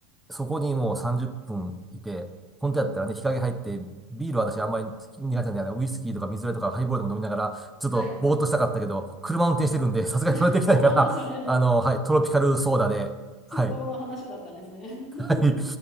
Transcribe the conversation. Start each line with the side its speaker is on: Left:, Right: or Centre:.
Centre: そこにもう30分いて、本当やったらね、
Left: うん。
Centre: 日陰入って、ビールは私あんまり苦手なんで、あのウイスキーとか水割りとかハイボールでも飲みながら、ちょっとぼーっとしたかったけど、
Left: はい。
Centre: 車運転してるんで、さすがにそれできないから、
Left: <laughs> それね、
Centre: あのはい、トロピカルソーダで、はい、
Left: 希望の話だったんですね。<laughs>
Centre: <laughs> はい